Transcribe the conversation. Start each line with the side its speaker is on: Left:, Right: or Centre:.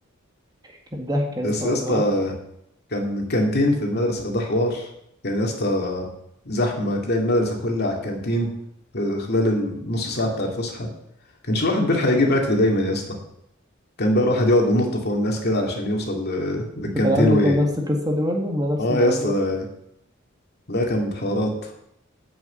Right: كانت ضحك يا اسطى
Left: بس
Right: والله
Left: يا اسطى كان كانتين في المدرسة ده حوار كان يا اسطى زحمة تلاقي المدرسة كلها على الكانتين في خلال النص ساعة بتاع الفسحة كانش الواحد بيلحق يجيب أكل دايما يا اسطى كان بقى الواحد يقعد ينط فوق الناس كده علشان يوصل ل- للكانتين
Right: انتوا كان عندكم
Left: وي...
Right: نفس القصه دي برضه احنا نفس
Left: اه
Right: الموضوع
Left: يا اسطى ده- لا كانت حوارات